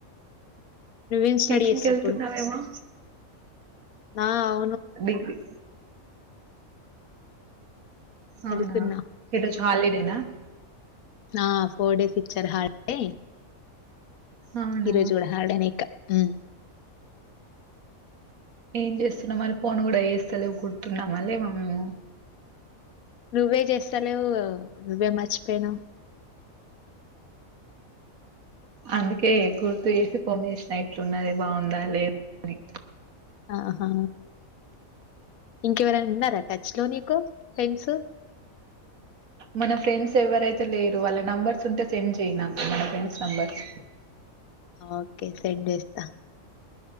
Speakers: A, on the left (about 90°); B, on the right (about 90°).
A: నువ్వేం స్టడీ
B: టీచింగ్
A: చేస్తావు
B: వెళ్తున్నావేమో.
A: ఇప్పుడు నా. <unintelligible>
B: డిగీ. అవునా,
A: వెళ్తున్నా
B: ఈ రోజు హాలిడేనా?
A: ఆ, ఫోర్ డేస్ ఇచ్చారు హోల్డే.
B: అవునా
A: ఈ రోజు కూడా హోల్డే నే. క, హ్మ్మ్.
B: ఏం చేస్తున్నం మరి? ఫోన్ కూడా ఏస్తలేవు. గుర్తున్నామా మళ్లీ మాము?
A: నువే చేస్తలే? నువే మర్చిపోయినవ్.
B: అందుకే, గుర్తు జేసి కొనేశ్న. ఎట్లున్నదే? బాగుందా? లేదు అని.
A: ఆహా! ఇంకెవరానా ఉన్నారా? టచ్ లో నీకు ఫ్రెండ్సూ?
B: మన ఫ్రెండ్స్ ఎవరైతే లేరో, వాళ్ల నెంబర్స్ ఉంటే సెండ్ చేయి నాకూ. మన ఫ్రెండ్స్ నెంబర్స్.
A: ఓకే సెండ్ చేస్తా.